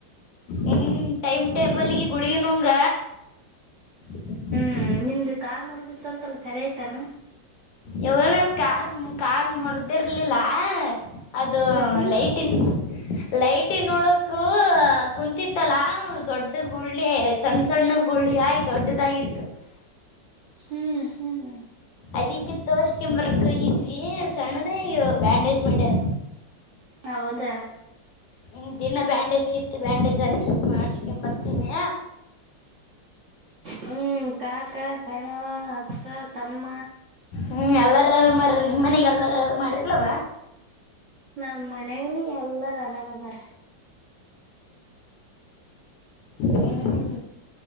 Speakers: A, on the left; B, on the right.
A: ಹ್ಮ್ ಟೈಮ್ ಟೇಬಲ್ಗೆ ಗುಳಗನುಂಗ <inaudible>
B: ಹ್ಮ್ ನಿಮ್ದ ಕಾಲ್ ಮುರದಿತ್ತಂತಲ್ಲ ಸರಿಯ್ತಾನ
A: ಇವಳ ನನ್ ಕಾರ್ ಕಾಲ್ ಮುರ್ದಿರ್ಲಿಲ್ಲ ಅದು
B: ಮತ್ತಿ
A: ಲೈಟನ್ ಲೈಟನ್ ನೋಡಕೂ ಕುಂತಿತ್ತಲಾದು ದೊಡ್ಡ ಗುಳ್ಳಿ ಸಣ್ಣ ಸಣ್ಣದಳ್ಳಿ ಆಯ್ ದೊಡ್ಡದಾಗಿ
B: ಹ್ಮ್ ಹ್ಮ್
A: ಅದಿಕ್ಕಿ ತೋರ್ಸ್ಕಂಬ ವರ್ಕ್ ಇದ್ವಿ ಸಣ್ಣದ ಬ್ಯಾಂಡೇಜ್ ಮಾಡ್ಯಾರ
B: ಹೌದ
A: ಹ ದಿನ ಬ್ಯಾಂಡೇಜ್ ಕಿತ್ತ ಬ್ಯಾಂಡೇಜ್ ಅಷ್ಟ ಮಾಡಿಸಕೊಂಡ ಬರ್ತೀನಿ
B: ಹ್ಮ್ ಕಾಕಾ ಸೆಣವ ಅಕ್ಕಾ ತಮ್ಮ
A: ಹ್ಮ್ ಎಲ್ಲಾರಲ್ಲ ಮಾರ ನಿಮ್ಮ ಮನೆಗೆ ಎಲ್ಲಾರಲ್ಲ ಮಾರಲ್ಲವ
B: ನಮ ಮನಾಗ ಎಲ್ಲಾರ ಆರಾಮದಾರ
A: ಹ್ಮ್